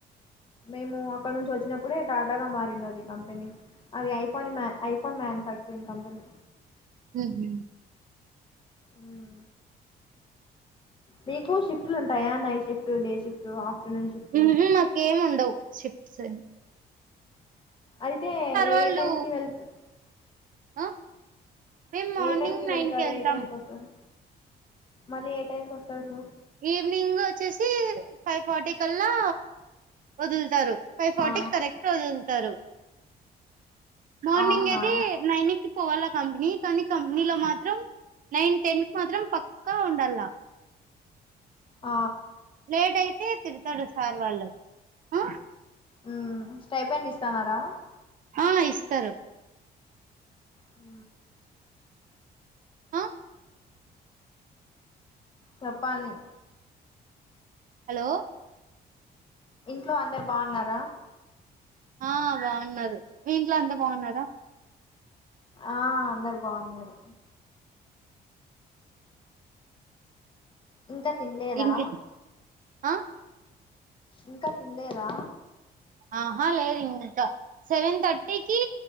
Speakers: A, on the left (about 30°); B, on the right (about 55°).
A: మేము అక్కడ నుంచి వచ్చినప్పుడే టాటాగా మారి కంపెనీ అది ఐఫోన్ మాన్యుఫాక్చరింగ్ కంపెనీ
B: ఉహు
A: ఆ మీకు షిఫ్ట్లు ఉంటాయా night shift day shift afternoon shift
B: ఉహు మాకేమి ఉండవు షిఫ్ట్స్ అని
A: అయితే ఏ
B: వాళ్ళు
A: టైమ్ కి వెళ్తవ్
B: ఆ మేము మార్నింగ్
A: ఏ టైం కి
B: నైన్
A: వెళ్తారు
B: వెళ్తాం
A: ఏ టైంకి వస్తారు మళ్ళీ ఏ టైంకి వస్తారు
B: ఈవినింగ్ వచ్చేసి ఫైవ్ ఫర్టీ కల్లా వదులు తారు ఫైవ్ ఫార్టీకి
A: ఆ,
B: కరెక్ట్ పదులుతారు మార్నింగ్
A: అవునా
B: అయితే నైనికి పోవాల కంపెనీ కానీ కంపెనీలో మా త్రం నైన్ టెన్ కి మాత్రం పక్కా ఉండాల
A: ఆ
B: లేటయితే తిరుతాడు సార్ వాళ్ళు ఆ
A: మ్మ్ స్టైఫాండ్ ఇస్తన్నారా
B: ఆ ఇస్తారు
A: ఆ
B: ఆ
A: చెప్పాలి
B: హలో
A: ఇంట్లో అందరు బాగున్నారా
B: ఆ బాగున్నారు మీ ఇంట్లో అంతా బాగున్నారా
A: ఆ అందరు బాగున్నారు ఇంకా తినలేదా
B: ఇంకే ఆ
A: ఇంకా తినలేదా
B: ఆహ లేదు ఇంకా సెవెన్ థర్టీకి